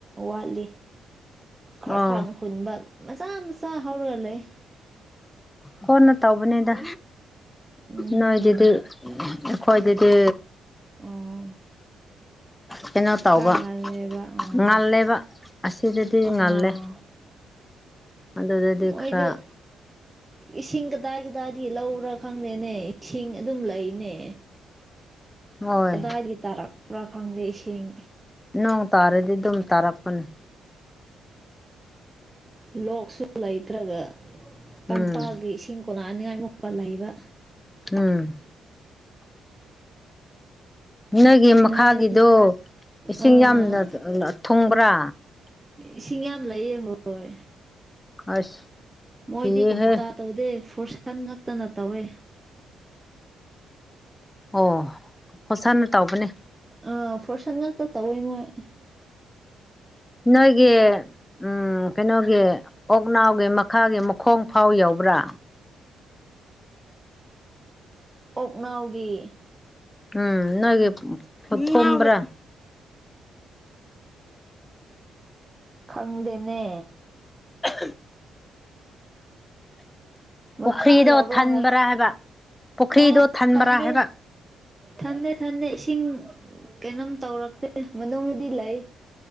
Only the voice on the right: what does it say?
ꯋꯥꯠꯂꯤ ꯈꯔ
ꯈꯔꯅ ꯍꯨꯟꯕ ꯃꯆꯥ ꯃꯆꯥ ꯍꯧꯔꯒ ꯂꯩ
ꯎꯝ
ꯑꯣ
ꯈꯔ ꯉꯜꯂꯦꯕ ꯑꯣ
ꯑꯥ
ꯃꯣꯏꯗꯣ
ꯏꯁꯤꯡ ꯀꯗꯥꯏ ꯀꯗꯥꯏꯗꯤ ꯂꯧꯕ꯭ꯔꯥ ꯈꯪꯗꯦꯅꯦ ꯏꯁꯤꯡ ꯑꯗꯨꯝ ꯂꯩꯅꯦ
ꯀꯗꯥꯏꯗꯒꯤ ꯇꯥꯔꯛꯄ꯭ꯔꯥ ꯈꯪꯗꯦ ꯏꯁꯤꯡ
ꯂꯣꯛꯁꯨ ꯂꯩꯇ꯭ꯔꯒ
ꯇꯝꯄꯥꯛꯒꯤ ꯏꯁꯤꯡ ꯀꯣꯅꯅꯤꯡꯉꯥꯏ ꯃꯨꯛꯀ ꯂꯩꯕ
ꯅꯍꯥꯟ
ꯑꯥ
ꯏꯁꯤꯡ ꯌꯥꯝ ꯂꯩꯌꯦ ꯍꯣꯏ
ꯃꯣꯏꯗꯤ
ꯀꯕꯨꯨꯇꯥ ꯇꯧꯗꯦ ꯐꯣꯔꯁꯟ ꯉꯛꯇꯅ ꯇꯧꯋꯦ
ꯑꯥ ꯐꯣꯔꯁꯟ ꯉꯥꯛꯇ ꯇꯧꯋꯦ ꯃꯣꯏ
ꯑꯣꯛꯅꯥꯎꯒꯤ
ꯈꯪꯗꯦꯅꯦ
ꯃꯊꯨꯟ
ꯌꯥꯎꯕ꯭ꯔꯥ
ꯑ
ꯊꯟꯗꯦ
ꯊꯟꯗꯦ ꯊꯟꯗꯦ ꯏꯁꯤꯡ ꯀꯩꯅꯣꯝ ꯇꯧꯔꯛꯇꯦ ꯃꯅꯨꯡꯕꯨꯗꯤ ꯂꯩ